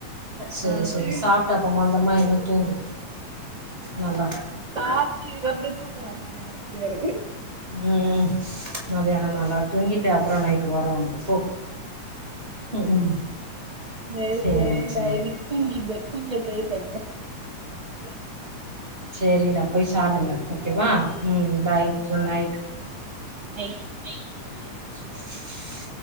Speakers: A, on the right; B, on the right.
A: சேரி
B: ம்
A: சேரி சாப்ட்டு அப்போ மந்தமா இன்னு தூங்கு நல்லா
B: சாப்டி கப்புறோ தூக்கோ வரணுமே மறுபடியாரு
A: ம் ம் மதியானோ நல்லா துணங்கிட்டு அப்புறோ நைட்டு வரோ உனக்கு போ ம் ம்
B: நெரி
A: சேரி
B: தெரியு
A: சேரி
B: டைய்லி தூங்கிட்ற தூங்கு எழுந்திருக்க தெர்ல
A: செரிடா போய் சாப்டுங்க ஓகேவா ம் பாய் குட் நைட்
B: ஐ
A: ஐ